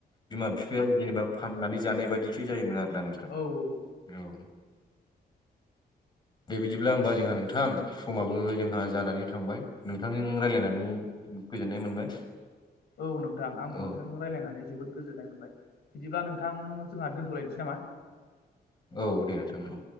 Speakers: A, on the left; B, on the left.
A: बिमा बिफाया जेनेबा फाननानै जानाय बायदिसो जायोमोन आरो ना नों
B: औ औ
A: औ दे बिदिब्ला होमबा जोंहा नोंथां समाबो जोंहा जानानै थांबाय नोंथांजों रायज्लायनानै गोजोननाय मोनबाय।
B: औ नोंथां आंबो
A: औ
B: नोंथांखौ रायलायनानै जोबोद गोजोननाय मोनबाय बिदिब्ला नोंथां जोंहा दोनथ'लायनोसै नामा?
A: औ दे नोंथां औ